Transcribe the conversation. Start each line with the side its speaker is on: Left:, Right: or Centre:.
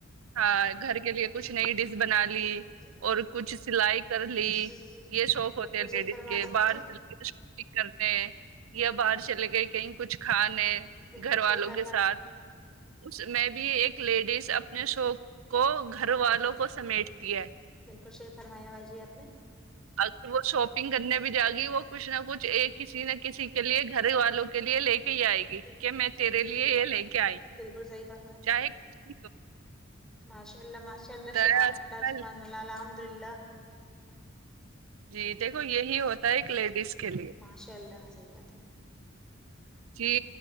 Right: ہاں گھر کے لیے کچھ نئی ڈش بنا لی
Centre: جی
Right: اور کچھ سلائی کر لی
Centre: جی جی جی
Right: یہ شوق ہوتے
Centre: بالکل
Right: ہیں لیڈیز
Centre: صحیح فرما
Right: کے
Centre: رہی باجی
Right: باہر چ کے یہی کرتے ہے یا باہر چلے گئے کہیں کچھ کھانے
Centre: بالکل
Right: گھر والوں
Centre: صحیح فرمائی
Right: کے ساتھ اس میں بھی ایک لیڈیز اپنے شوق کو گھر والوں کو سمیٹتی ہے
Centre: بالکل صحیح فرمایا باجی آپ نے
Right: اگر وہ شاپنگ کرنے بھی جائے گی وہ کچھ نہ کچھ ایک کسی نہ کسی کے لیے گھر والوں کے لیے لے کہی آئے
Centre: بالکل
Right: گی کہ میں
Centre: جی
Right: تیرے
Centre: جی
Right: لیے
Centre: جی
Right: یہ لے کے آئی ہوں
Centre: بالکل صحیح فرمایا ہے
Right: چائے کتنی کپ
Centre: ماشاء اللہ ماشاء اللہ سبحان
Right: ہے آج
Centre: اللہ
Right: کل
Centre: سبحان اللہ الحمد للہ
Right: جی دیکھو یہی ہوتا ہے ایک لیڈیز کے لیے
Centre: ماشاء الله صحیح بات ہے
Right: جی